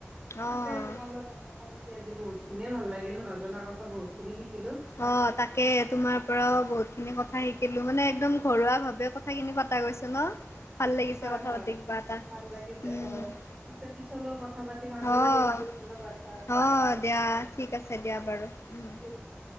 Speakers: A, on the right; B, on the left.
A: পিছে,
B: অ',
A: তোমাৰ লগত কথা পাতি আজি বহুত খিনিয়ে ভাল লাগিল। নজনা কথা বহুত খিনি শিকিলোঁ।
B: অ'! তাকে, তোমাৰ পৰাও বহুত খিনি কথা শিকিলোঁ। মানে, একদম ঘৰুৱা ভাৱে কথাখিনি পতা গৈছে ন'! ভাল লাগিছে
A: হয়
B: কথা
A: হয়
B: পাতি কিবা এটা!
A: ভাল লাগিছে
B: উম!
A: অ পিছে পিছলৈও কথা পাতিম আজিলৈ
B: অ'!
A: এৰিছো ধন্যবাদ হয়
B: অ'! দিয়া, ঠিক আছে, দিয়া বাৰু। উম!
A: ঠিক আছে